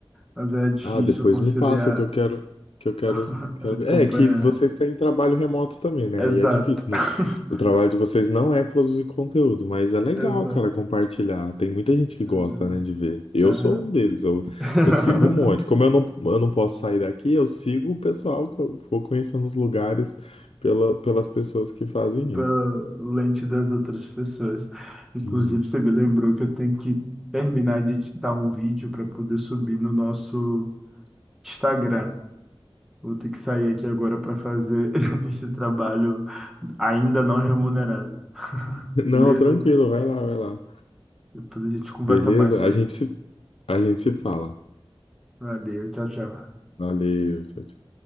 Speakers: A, in the centre; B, on the left (about 80°).
A: Mas é difícil
B: Ah, depois
A: conciliar
B: me passa que eu quero, que eu quero,
A: <laughs> a
B: quero ver.
A: campanha.
B: É que vocês têm trabalho remoto também, né?
A: Exato.
B: Aí é difícil. Não-
A: <laughs>
B: o trabalho de vocês não é produzir conteúdo, mas é legal,
A: Exato.
B: cara, compartilhar. Tem muita gente que gosta,
A: Exato.
B: né, de ver. Eu
A: Aham.
B: sou um deles. Eu,
A: <laughs>
B: eu sigo um monte. Como eu não, eu não posso sair daqui, eu sigo o pessoal. eu Vou conhecendo os lugares pela, pelas pessoas que fazem
A: Pela
B: isso.
A: lente das outras pessoas. Inclusive,
B: Hum.
A: você me lembrou que eu tenho que terminar de editar um vídeo para poder subir no nosso Instagram. Vou ter que sair aqui agora para fazer <laughs> esse trabalho ainda não remunerado. <laughs>
B: Não,
A: Beleza?
B: tranquilo. Vai lá, vai lá.
A: Depois a gente conversa
B: Beleza?
A: mais sobre.
B: A gente se, a gente se fala.
A: Valeu, tchau, tchau.
B: Valeu. Tchau, tchau.